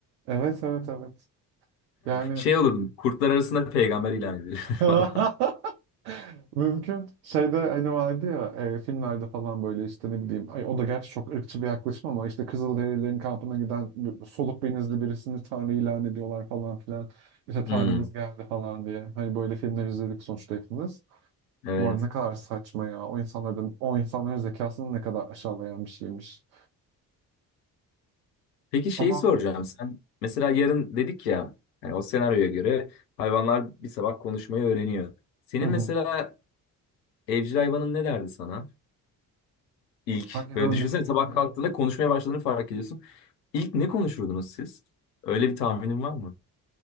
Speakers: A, on the right (about 75°); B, on the left (about 80°).
A: Evet evet evet. Yani
B: Şey olurdum kurtlar arasında peygamber ilan edilir <laughs>
A: <laughs>
B: falan.
A: mümkün. Şeyde hani vardı ya e, filmlerde falan böyle işte ne bileyim. Ay, o da gerçi çok ırkçı bir yaklaşım ama işte Kızılderililerin kampına giden bir- soluk benizli birisini Tanrı ilan ediyorlar falan filan. İşte Tanrımız
B: Hmm,
A: geldi falan diye. Hani böyle filmler izledik sonuçta hepimiz.
B: evet.
A: Bu arada ne kadar saçma ya. O insanların, o insanların zekasını ne kadar aşağılayan bir şeymiş.
B: Peki şeyi
A: Ama
B: soracağım. Sen mesela yarın dedik ya yani o senaryoya göre hayvanlar bir sabah konuşmayı öğreniyor. Senin
A: hı hı.
B: mesela evcil hayvanın ne derdi sana? İlk
A: Ay, inan
B: böyle düşünsene
A: bilmiyorum.
B: sabah kalktığında konuşmaya başladığını fark ediyorsun. İlk ne konuşurdunuz siz? Öyle bir tahminin var mı?